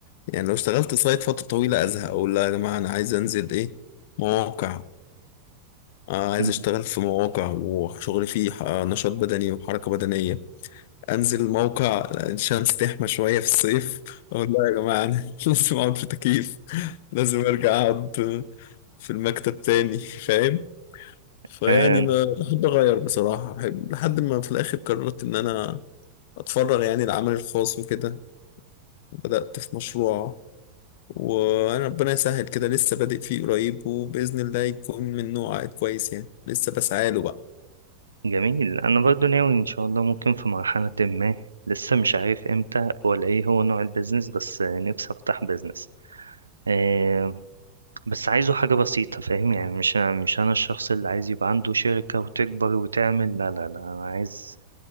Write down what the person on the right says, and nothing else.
مم.
<laughs>
<laughs>
جميل انا برضو ناوي ان شاء الله ممكن في مرحلة ما لسه مش عارف امتى ولا ايه هو نوع البيزنس بس نفسي افتح بيزنس آه بس عايزه حاجة بسيطة فاهم يعني مش مش انا الشخص اللي عايز يبقى عنده شركة وتكبر وتعمل لا لا لا انا عايز